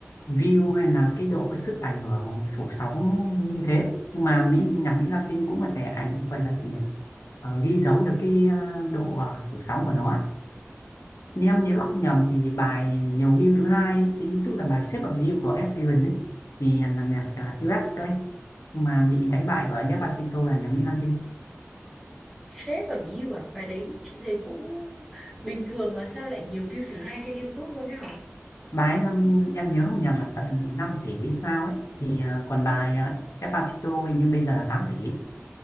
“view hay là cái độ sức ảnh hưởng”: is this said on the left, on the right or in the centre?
Left